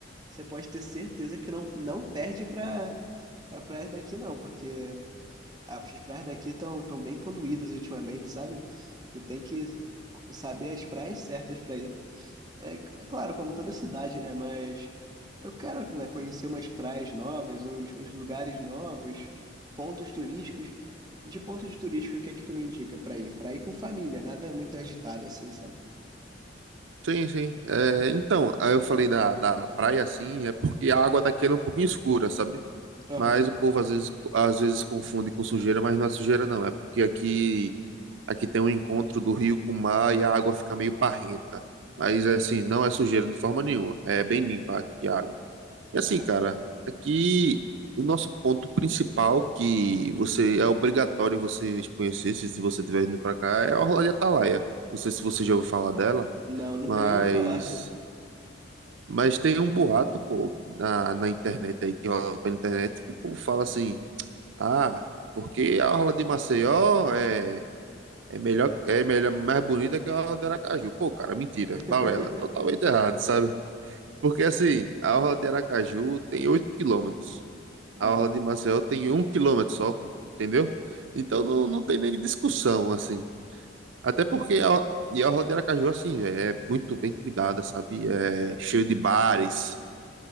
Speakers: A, on the right; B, on the right.
A: você pode ter certeza que não, não perde pra, pra praias daqui, não, porque as praias daqui estão tão tão bem poluídas ultimamente, sabe? Tu tem que saber as praias certas pra ir. É, c- é claro, como toda cidade, né? Mas eu quero, né, conhecer umas praias novas, uns, uns lugares novos, pontos turísticos. De pontos turísticos, o que é que tu me indica pra ir? Pra ir com família, nada muito agitado assim, sabe?
B: Sim, sim. É, então, aí eu falei da, da praia, assim, é porque a água daqui ela é um pouquinho escura, sabe?
A: Aham.
B: Mas o povo às vezes, às vezes confunde com sujeira, mas não é sujeira, não. É porque aqui, aqui tem um encontro do rio com o mar e a água fica meio barrenta. Mas, assim, não é sujeira de forma nenhuma. É bem limpa aqui a água. E assim,
A: Ah,
B: cara, aqui o nosso ponto principal que você é obrigatório você conhecer se se você estiver vindo para cá é a Orla de Atalaia. Não sei se você já ouviu falar dela,
A: não, nunca
B: mas
A: nem ouvi falar.
B: mas tem um boato, pô, na, na internet aí que rola pela internet que o povo fala assim: "Ah, porque a Orla de Maceió é é melhor é melhor mais bonita que a Orla de Aracaju". Pô, cara, mentira,
A: <laughs>
B: balela, totalmente errado, sabe? Porque assim, a Orla de Aracaju tem oito quilômetros
A: Aham.
B: a orla de Maceió tem um quilômetro só, entendeu? Então não, não tem nem discussão, assim. Até porque a, e a orla de Aracaju, assim, véi, é muito bem cuidada, sabe? É cheio de bares,